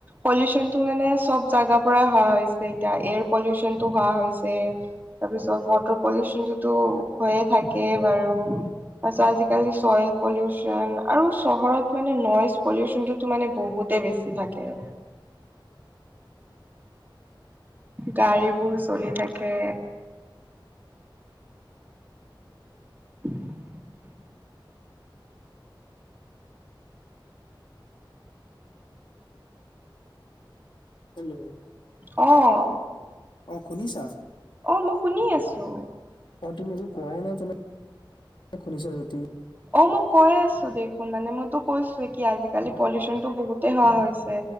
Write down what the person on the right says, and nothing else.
পলিউচনটো মানে চব জাগাৰ পৰাই হোৱা হৈছে এতিয়া, এয়াৰ পলিউচনটো হোৱা হৈছে। তাৰ পিছত ৱাটাৰ পলিউশনটোতো হৈয়ে থাকে বাৰু। তাৰপিছত আজিকালি চইল পলিউচন আৰু চহৰত মানে নইজ পলিউচন টোতো মানে বহুতে বেছি থাকে। গাড়ীবোৰ চলি থাকে। <inaudible>
অ'।
অ' মই শুনি আছোঁ।
অ' মই কৈ আছো দেখোন মানে মইতো কৈছোৱে কি, আজিকালি পলিউচনটো বহুতেই হোৱা হৈছে।